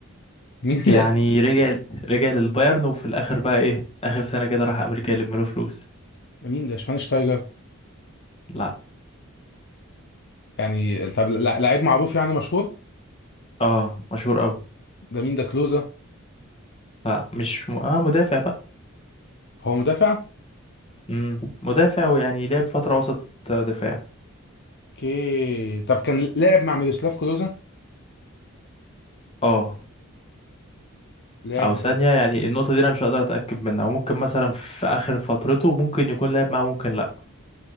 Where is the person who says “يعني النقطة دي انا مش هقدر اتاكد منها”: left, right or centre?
Left